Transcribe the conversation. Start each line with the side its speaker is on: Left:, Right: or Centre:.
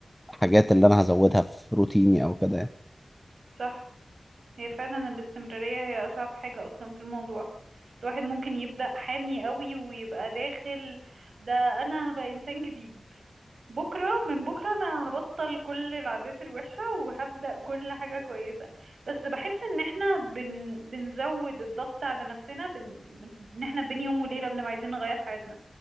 Centre: الحاجات اللي أنا هزودها في روتيني أو كده يعني
Right: صح هي فعلا الاستمرارية هي أصعب حاجة أصلا في الموضوع الواحد ممكن يبدأ حامي قوي ويبقى داخل ده أنا هبقى إنسان جديد بكرة من بكرة أنا هبطل كل العادات الوحشة وهبدأ كل حاجة كويسة بس بحس إن احنا بن... بنزود الضغط على نفسنا بن... بن... إن احنا بين يوم وليلة بنبقى عايزين نغير حياتنا